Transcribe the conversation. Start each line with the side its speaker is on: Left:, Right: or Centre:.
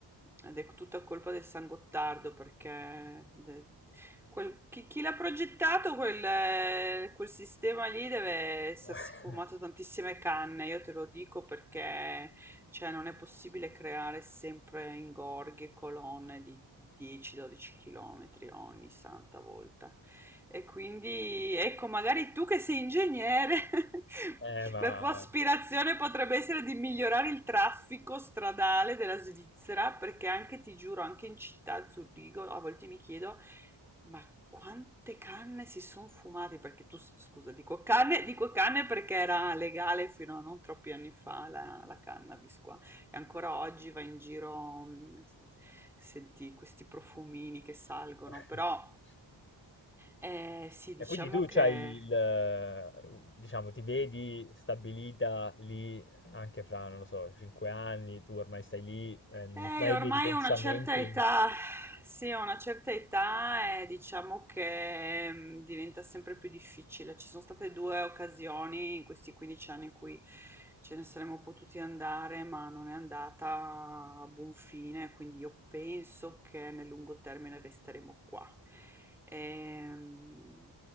Centre: Ed è tutta colpa del San Gottardo perché de- Quel- chi chi l'ha progettato quel, eh, quel sistema lì deve essersi
Left: <laughs>
Centre: fumato tantissime canne, io te lo dico perché cioè, non è possibile creare sempre ingorghi e colonne di 10-12 km ogni santa volta. E quindi, ecco, magari tu che sei ingegnere, <laughs>
Left: Eh, ma...
Centre: la tua aspirazione potrebbe essere di migliorare il traffico stradale della Svizzera, perché anche, ti giuro, anche in città, a Zurigo, a volte mi chiedo ma quante canne si son fumati? Perché tu, s- scusa, dico canne, dico canne perché era legale fino a non troppi anni fa la, la cannabis qua. E ancora oggi vai in giro, mh, senti questi profumini che salgono,
Left: <laughs>
Centre: però eh, sì,
Left: E
Centre: diciamo
Left: quindi tu
Centre: che
Left: c'hai il, eh, diciamo, ti vedi stabilita lì anche fra, non lo so, cinque anni, tu ormai stai lì, eh, non
Centre: Eh,
Left: hai
Centre: io ormai
Left: dei pensamenti.
Centre: ho una certa età, sì, ho una certa età e diciamo che mm, diventa sempre più difficile. Ci sono state due occasioni in questi 15 anni in cui ce ne saremmo potuti andare, ma non è andata a buon fine, quindi io penso che nel lungo termine resteremo qua. Ehm,